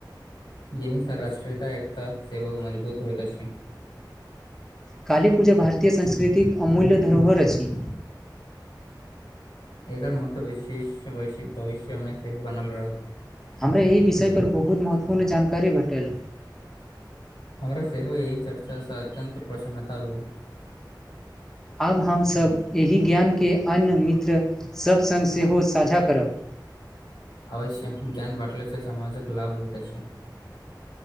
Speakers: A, on the left; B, in the centre.
A: यह सब राष्ट्रीयता एकता सेहो मजबूत होइत अछि
B: कालीपूजा भारतीय संस्कृतिक अमूल्य धरोहर अछि
A: एकर महत्व विशेष भविष्य मे सेहो बनल रहत
B: हमरा एहि विषयपर बहुत महत्वपूर्ण जानकारी भेटल
A: हमरा सेहो एहि चर्चा से अत्यन्त प्रसन्नता भेल
B: आब हमसभ एहि ज्ञान के अन्य मित्र सभ सङ्ग सेहो साझा करब
A: अवश्य ज्ञान बाटला से समामाजक लाभ होइत अछि